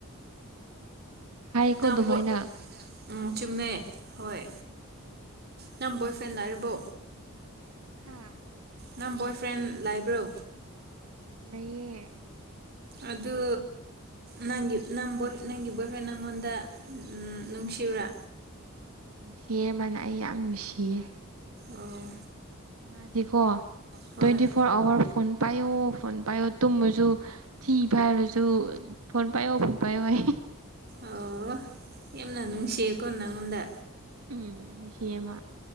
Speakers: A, on the right; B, on the right.
A: ꯍꯥꯏꯀꯣ
B: ꯅꯪ
A: ꯑꯗꯨꯃꯥꯏꯅ
B: ꯕꯣꯏ ꯎꯝ ꯆꯨꯨꯝꯃꯦ ꯍꯣꯏ ꯅꯪ ꯕꯣꯏꯐ꯭ꯔꯦꯟ ꯂꯩꯔꯕꯣ
A: ꯍꯥꯥ
B: ꯅꯪ ꯕꯣꯏ ꯐ꯭ꯔꯦꯟ ꯂꯥꯏꯕ꯭ꯔꯣ
A: ꯂꯩꯌꯦ
B: ꯑꯗꯨ ꯅꯪꯒꯤ ꯅ ꯅꯪꯒꯤ ꯕꯣꯏꯐ꯭ꯔꯦꯟ ꯅꯪꯉꯣꯟꯗ ꯅꯨꯡꯁꯤꯕ꯭ꯔꯥ
A: ꯅꯨꯡꯁꯤ ꯃꯥꯅ ꯑꯩ ꯌꯥꯝ ꯅꯨꯡꯁꯤꯌꯦ
B: ꯑꯣ
A: ꯃꯥꯗꯤꯀꯣ
B: ꯍꯣꯏ
A: ꯇ꯭ꯋꯦꯟꯇꯤ ꯐꯣꯔ ꯑꯋꯥꯔ ꯐꯣꯟ ꯄꯥꯏꯌꯣ ꯐꯣꯟ ꯄꯥꯏꯌꯣ ꯇꯨꯝꯕꯁꯨ ꯊꯤ ꯐꯥꯏꯔꯁꯨ ꯐꯣꯟ ꯄꯥꯏꯌꯣ ꯐꯣꯟ ꯄꯥꯏꯌꯣ ꯍꯥꯏ
B: ꯑꯣ ꯌꯥꯝꯅ ꯅꯨꯡꯁꯤꯀꯣ ꯅꯪꯑꯣꯟꯗ
A: ꯎꯝ ꯏꯆꯃ